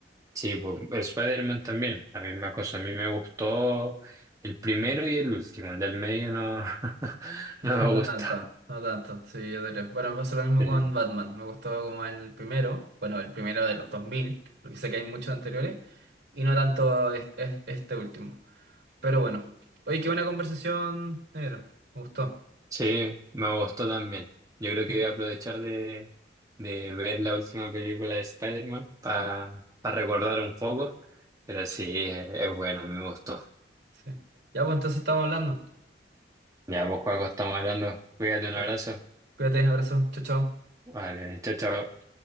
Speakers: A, on the right (about 20°); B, on the right (about 80°).
A: Sí, pues, Spider-Man también, la misma cosa. A mí me gustó el primero y el último, el del medio no, <laughs>
B: <laughs>
A: no me
B: No
A: gustó.
B: tanto, no tanto, sí, yo creo. Bueno, me pasó lo mismo
A: Sí.
B: con Batman, me gustó como el primero, bueno, el primero de los 2000 porque sé que hay muchos anteriores, y no tanto es- es- este último. Pero bueno, oye, qué buena conversación, negro, me gustó.
A: Sí, me gustó también. Yo creo
B: Sí.
A: que voy a aprovechar de, de ver la última película de Spider-Man para recordar un poco, pero sí, es, es bueno, a mí me gustó.
B: Sí. Ya, pues entonces estamos hablando.
A: Ya, pues, Juaco, estamos hablando. Cuídate, un
B: Ya.
A: abrazo.
B: Cuídate, abrazo. Chao, chao.
A: Vale, chao, chao.